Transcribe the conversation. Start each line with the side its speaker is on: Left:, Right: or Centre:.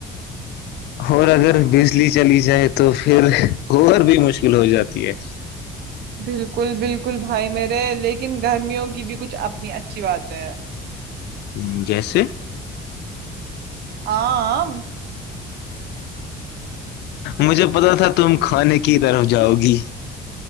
Left: اور اگر بجلی چلی جائے تو پھر کر بھی مشکل ہو جاتی ہے
Right: بالکل بالکل بھائی میرے لیکن گرمیوں کی بھی کچھ اپنی اچھی بات ہے
Left: ہ جیسے
Right: آم <unintelligible>
Left: مجھے پتا تھا تم کھانے کی طرف جاؤ گی